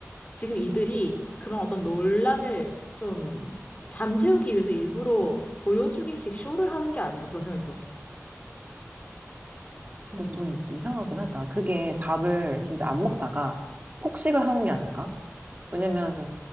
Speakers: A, on the left; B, on the right.
A: 지금 이들이 그런 어떤 논란을 좀 잠재우기 위해서 일부러 보여주기식 쇼를 하는 게 아닌가 그런 생각이 들었어.
B: 근데 음. 좀 이상하긴 하다. 그게 밥을 진짜 안 먹다가 폭식을 하는 게 아닐까? 왜냐면